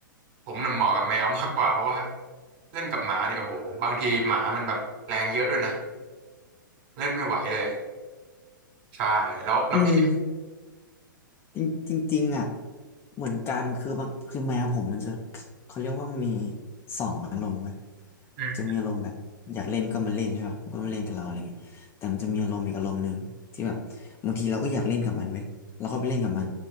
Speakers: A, on the right; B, on the left.
A: ผมน่ะเหมาะกับแมวมากกว่าเพราะว่าเล่นกับหมาเนี่ยโอ้โหบางทีหมามันแบบแรงเยอะด้วยนะเล่นไม่ไหวเลยใช่แล้วแล้วพี่
B: อืม จริงจริงจริงอ่ะเหมือนกันคือบางคือแมวผมมันจะเขาเรียกว่ามีสองอารมณ์เว้ย
A: อืม
B: จะมีอารมณ์แบบอยากเล่นก็มาเล่นใช่ป่ะก็มาเล่นกับเราอะไรเงี้ยแต่มันจะมีอารมณ์อีกอารมณ์หนึ่งที่แบบบางทีเราก็อยากเล่นกับมันเว้ยเราก็ไปเล่นกับมัน